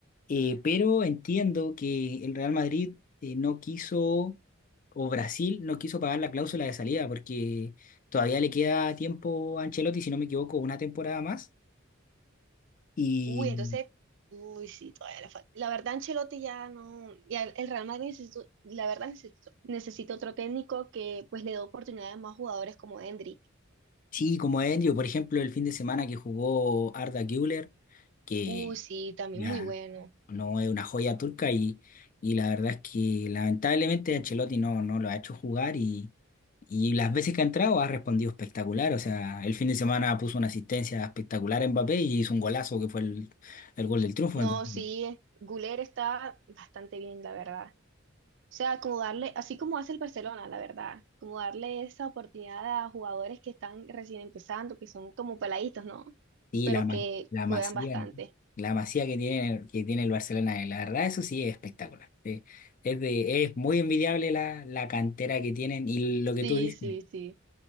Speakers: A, on the left (about 40°); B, on the right (about 60°).
A: Eh, pero entiendo que el Real Madrid eh, no quiso, o Brasil no quiso pagar la cláusula de salida, porque todavía le queda tiempo a Ancelotti, si no me equivoco, una temporada más. Y
B: Uy, entonces, uy, sí, todavía le falta. La verdad, Ancelotti ya no, ya el Real Madrid necesito, la verdad necesito, necesito otro técnico que pues le dé oportunidades a más jugadores como Endrick.
A: sí, como Endio, por ejemplo, el fin de semana que jugó Arda Güler, que
B: Uy, sí, también
A: la,
B: muy bueno.
A: No es una joya turca y, y la verdad es que lamentablemente Ancelotti no, no lo ha hecho jugar y, y las veces que ha entrado ha respondido espectacular. O sea, el fin de semana puso una asistencia espectacular en Mbappé y hizo un golazo que fue el, el gol del triunfo.
B: No,
A: Entonces,
B: sí, Guler está bastante bien, la verdad. O sea, como darle, así como hace el Barcelona, la verdad, como darle esa oportunidad a jugadores que están recién empezando, que son como peladitos, ¿no?
A: sí,
B: Pero
A: la, ma-
B: que
A: la
B: juegan
A: masía,
B: bastante.
A: la masía que tiene, que tiene el Barcelona, eh, la verdad eso sí es espectacular. Eh, Es, de, es muy envidiable la, la cantera que tienen y lo que
B: Sí,
A: tú dices.
B: sí, sí.